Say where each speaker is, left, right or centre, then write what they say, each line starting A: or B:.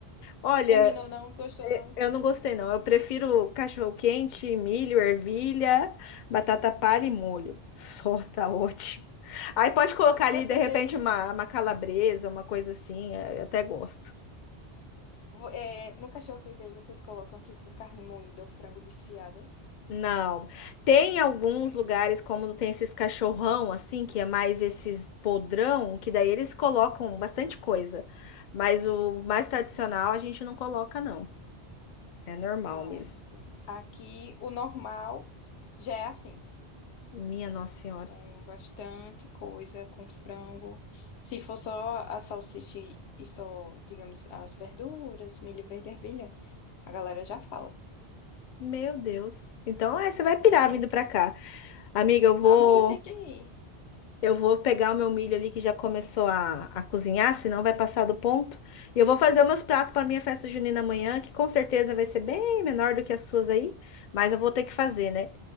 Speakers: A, on the left; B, on the left.
A: Olha,
B: Combinou não? Gostou não?
A: eu não gostei, não. Eu prefiro cachorro-quente, milho, ervilha, batata palha e molho. Só tá ótimo. Aí pode colocar
B: O-
A: ali,
B: Vocês
A: de repente,
B: aí,
A: uma, uma calabresa, uma coisa assim. é, Eu até gosto.
B: vo- é, no cachorro-quente aí, vocês colocam tipo carne moída ou frango desfiado?
A: Não. Tem alguns lugares, como tem esses cachorrão, assim, que é mais esses podrão, que daí eles colocam bastante coisa. Mas o mais tradicional a gente não coloca, não. É normal
B: Ah,
A: mesmo.
B: entendi. Aqui o normal já é assim,
A: Minha Nossa Senhora.
B: com bastante coisa, com frango. Se for só a salsicha e e só, digamos, as verduras, milho verde e ervilha, a galera já fala.
A: Meu Deus. Então, é, você vai pirar
B: É.
A: vindo pra cá. Amiga, eu vou.
B: Ah, mas eu tenho que ir.
A: Eu vou pegar o meu milho ali que já começou a, a cozinhar, senão vai passar do ponto. E eu vou fazer os meus pratos para minha festa junina amanhã, que com certeza vai ser bem menor do que as suas aí, mas eu vou ter que fazer, né?